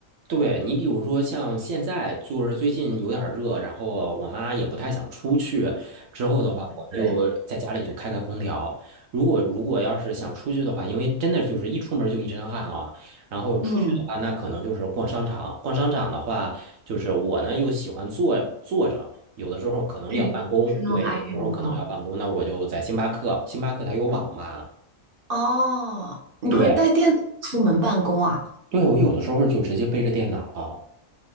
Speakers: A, on the right; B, on the right.
A: 对你，比如说像现在就是最近有点儿热，然后我妈也不太想出去。之后的话，我们就在家里就开开空调。
B: 对，
A: 如果如果要是想出去的话，因为真的就是一出门就一身汗啊。然后出去的话，
B: 嗯，
A: 那可能就是逛商场。逛商场的话，就是我呢又喜欢坐坐着，有的时候可能要办公，
B: <laughs> 是那么爱运动
A: 对，有的时候可能要办公，那我就在星巴克，星巴克它有网嘛，
B: 哦？你会带电脑出门办公啊？
A: 对，对，我有的时候就直接背着电脑了。